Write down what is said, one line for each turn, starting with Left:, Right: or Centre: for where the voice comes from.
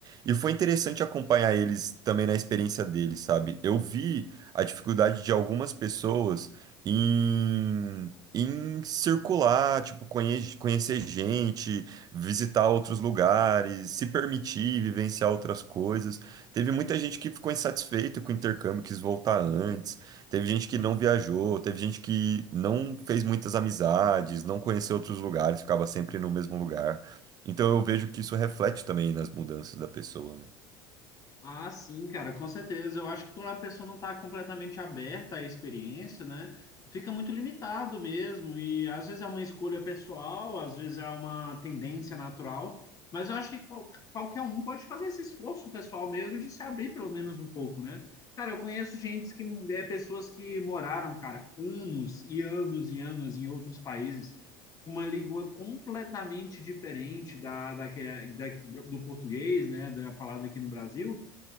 Right: E foi interessante acompanhar eles também na experiência deles, sabe? Eu vi a dificuldade de algumas pessoas. Em, em circular, tipo, conhe- conhecer gente, visitar outros lugares, se permitir vivenciar outras coisas. Teve muita gente que ficou insatisfeita com o intercâmbio, quis voltar antes. Teve gente que não viajou, teve gente que não fez muitas amizades, não conheceu outros lugares, ficava sempre no mesmo lugar. Então eu vejo que isso reflete também nas mudanças da pessoa, né?
Left: Ah, sim, cara, com certeza. Eu acho que quando a pessoa não está completamente aberta à experiência, né, fica muito limitado mesmo. E às vezes é uma escolha pessoal, às vezes é uma tendência natural. Mas eu acho que qual- qualquer um pode fazer esse esforço pessoal mesmo de se abrir pelo menos um pouco, né? Cara, eu conheço gente que é pessoas que moraram, cara, anos e anos e anos em outros países, uma língua completamente diferente da, da, que- é, da- do português, né, da falada aqui no Brasil.